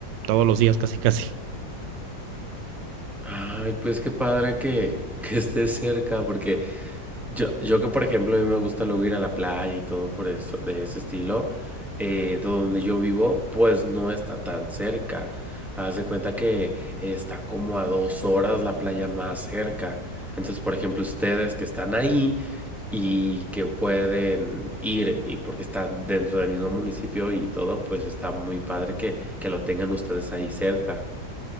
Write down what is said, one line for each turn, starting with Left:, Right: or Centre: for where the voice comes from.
Right: todos los días casi casi.
Centre: Ay, pues qué padre que, que estés cerca, porque yo, yo que por ejemplo a mí me gusta luego ir a la playa y todo por eso, de ese estilo, eh, donde yo vivo, pues no está tan cerca. Haz de cuenta que está como a dos horas la playa más cerca. Entonces, por ejemplo, ustedes que están ahí y que pueden ir, y porque están dentro del mismo municipio y todo, pues está muy padre que, que lo tengan ustedes ahí cerca.